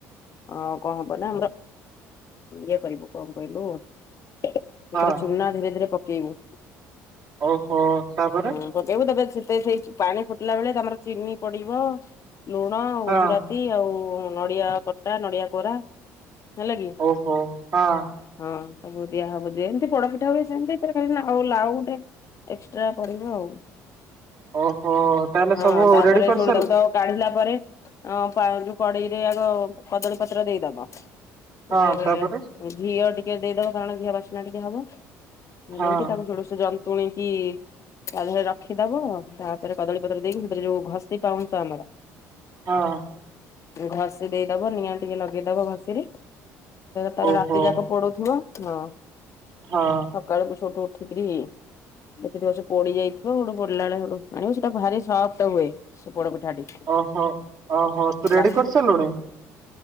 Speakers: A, on the left (about 45°); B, on the right (about 55°).
A: ହଁ କଣ ହବ ନା ଆମର ଇଏ କରିବୁ କଣ କହିଲୁ ସେଥିରେ
B: ହଁ
A: ଚୁନା ଧୀରେ ଧୀରେ ପକେଇବୁ। <unintelligible>
B: ଓହୋ ତାପରେ
A: ହଁ ପକେଇବୁ ତା <unintelligible> ପରେ <unintelligible> ମତେ ସେଇ ପାଣି ଫୁଟିଲା ବେଳେ ତମର ଚିନି ପଡିବ ଲୁଣ
B: ହଁ
A: ଗୁଜୁରାତି ଆଉ ନଡିଆ କତା, ନଡିଆ କୋରା ହେଲା କି
B: ଓହୋଁ ହଁ।
A: ହଁ ସବୁ ଦିଆ ହବ ଜେମତି ପୋଡ଼ ପିଠା ହୁଏ ସେମିତି ଏଥିରେ ଖାଲି ଲାଉଟେ ଏକ୍ସଟ୍ରା ପଡିବ ଆଉ
B: ଓହୋ ତାହେଲେ
A: ହଁ
B: ସବୁ
A: ତାପରେ
B: ରେଡି କରିସାରିଲ
A: ସେଇଠୁ ତାକୁ ତ କାଢିଲା ତାପରେ ଅ ଯୋଉ କଡ଼େଇ ରେ ଆଗ କଦଳୀ ପତ୍ର ଦେଇଦବ।
B: ହଁ
A: ଟିକେ
B: ତାପରେ
A: ଘିଅ ଟିକେ ଦେଇଦବ କାରଣ ଘିଅ ବାସ୍ନା ଟିକେ ହବ।
B: ହଁ
A: ନେଇକି ତାକୁ <unintelligible> ଜନ୍ତୁଣୀ କି ତା ଦେହରେ ରଖିଦବ ତାପରେ କଦଳୀପତ୍ର ଦେଇକି ସେଥିରେ ଯୋଉ ଘଷି ପାଉଁଶ ଆମର
B: ହଁ।
A: ଘଷି ଦେଇଦବ ନିଆଁ ଟିକେ ଲଗେଇଦବ ଘଷିରେ। ତାର
B: ଓହୋ
A: ରାତି ଯାକ ପୋଡ଼ୁଥିବ ହଁ
B: ହଁ
A: ସକାଳକୁ <unintelligible> <unintelligible> ଦେଖିଥିବ ସେ ପୋଡ଼ି ଯାଇଥିବ ହେଠୁ ପୋଡି଼ଲା ବେଳେ ସେଠୁ ଆଣିବ ସେଇଟା ଭାରି ସଫ୍ଟ ହୁଏ। ପୋଡ଼ ପିଠା ଟି ହେଲା
B: ଓହୋ ଓହୋ ତୁ ରେଡି କରିସାରିଲୁଣି